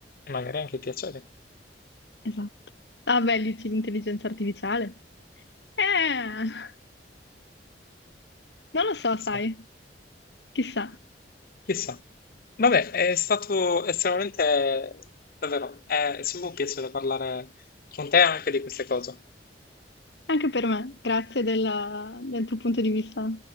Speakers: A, on the left; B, on the left.
A: magari anche piacere,
B: Esatto. Ah, beh, dici l'intelligenza artificiale? Eh, non lo so,
A: chissà,
B: sai, chissà.
A: chissà. Vabbè, è stato estremamente, davvero, è sempre un piacere parlare con te anche di queste cose.
B: Anche per me, grazie della- del tuo punto di vista.